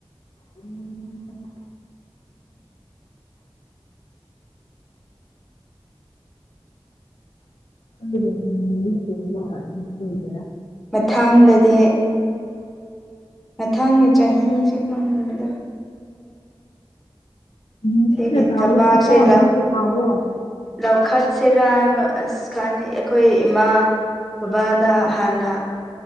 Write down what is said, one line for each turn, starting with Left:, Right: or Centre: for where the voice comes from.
Left: ꯎꯝ ꯑꯗꯨꯒꯔ
Centre: ꯃꯊꯥꯡꯂꯗꯤ ꯃꯊꯪꯉꯦ ꯆꯍꯤꯁꯦ ꯈꯪꯉꯗ
Left: ꯃꯤꯅ
Centre: ꯁꯤꯦꯡꯒꯤꯠꯇꯕꯁꯤꯦꯂ
Left: ꯇꯧꯔꯁꯨꯀꯣ ꯅꯪꯁꯨ ꯇꯧꯋꯣ
Centre: ꯂꯈꯠꯁꯤꯦꯔ ꯑ ꯀ ꯑꯩꯈꯣꯏ ꯏꯃꯥ ꯕꯕꯥꯗ ꯍꯥꯟꯅ